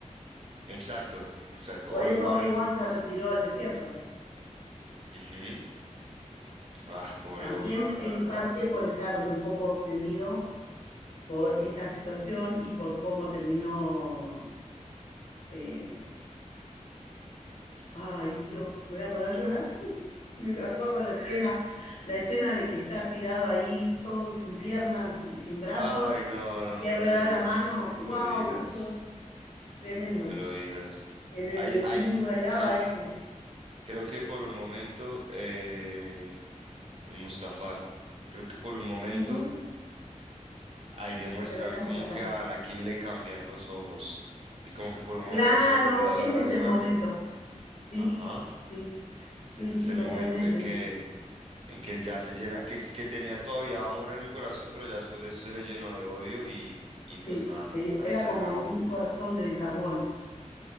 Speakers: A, on the right; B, on the left.
A: Exacto, exacto,
B: Por
A: Obi-Wan,
B: eso Obi-Wan se retiró al desierto.
A: ujú, ah, pobre
B: También
A: Obi-Wan,
B: en
A: la verdad.
B: parte por estar un poco ofendido por esta situación y por cómo terminó. eh, ay, Dios, me voy a poner a llorar. Me acuerdo la escena, la escena de que está tirado ahí todo sin piernas y sin brazo,
A: Ay, no,
B: y
A: no
B: que
A: me
B: él
A: lo
B: le
A: digas,
B: da la mano.
A: no me
B: ¡Wow!
A: lo digas,
B: Dios, tremendo.
A: no me lo digas.
B: En el
A: Ahí, ahí,
B: mundo
A: s-
B: de lava
A: ahí sí,
B: ese.
A: creo que por un momento, eh, en Mustafar. Creo que por un momento
B: Ujú,
A: ahí le muestran
B: El planeta
A: como
B: Mustafa.
A: que a Anakin le cambian los ojos y como que por un momento
B: Claro,
A: él se acuerda
B: ese
A: de Obi-Wan.
B: es el momento. Sí,
A: Ajá,
B: sí,
A: ese
B: sí, sí,
A: es el
B: totalmente.
A: momento en que en que él ya se llena, que, es- que tenía todavía amor en el corazón, pero ya después de eso se le llenó de odio y, y
B: Sí,
A: pues nada,
B: sí.
A: ahí
B: Era
A: se
B: como
A: acaba.
B: un corazón de carbón.